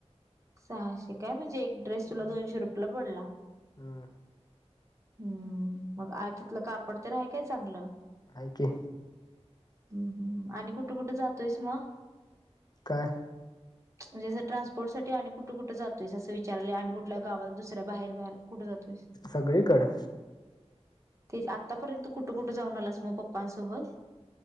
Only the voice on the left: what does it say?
हम्म.
हम्म
हाय की
काय.
सगळीकडं